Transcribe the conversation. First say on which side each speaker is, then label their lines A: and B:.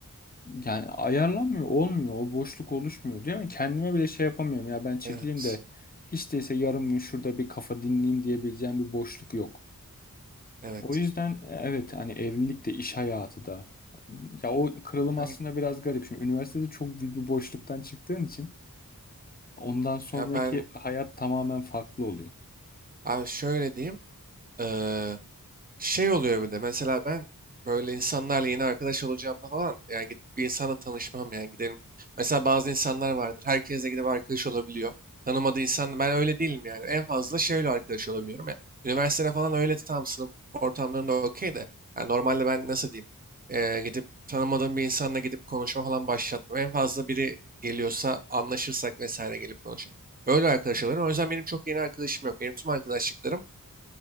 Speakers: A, on the left (about 25°); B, on the right (about 25°).
A: yani ayarlanmıyor olmuyor o boşluk oluşmuyor diyor ama kendime bile şey yapamıyorum ya ben çekileyim
B: Evet.
A: de hiç değilse yarım gün şurada bir kafa dinleyeyim diyebileceğim bir boşluk yok.
B: Evet.
A: O yüzden e, evet hani evlilik de iş hayatı da ya o kırılım
B: Aynen.
A: aslında biraz garip. Şimdi üniversitede çok büyük bir boşluktan çıktığın için ondan sonraki
B: Ya ben
A: hayat tamamen farklı oluyor.
B: abi şöyle diyeyim. Eee Şey oluyor bir de mesela ben böyle insanlarla yeni arkadaş olacağımda falan yani gidip bir insanla tanışmam yani gidelim. Mesela bazı insanlar vardır herkesle gidip arkadaş olabiliyor. Tanımadığı insan ben öyle değilim yani en fazla şeyle arkadaş olabiliyorum ya. Üniversitede falan öyle tam sınıf ortamlarında okey de yani normalde ben nasıl diyeyim eee, gidip tanımadığım bir insanla gidip konuşma falan başlatmam. En fazla biri geliyorsa anlaşırsak vesaire gelip konuşup öyle arkadaş oluyorum. O yüzden benim çok yeni arkadaşım yok. Benim tüm arkadaşlıklarım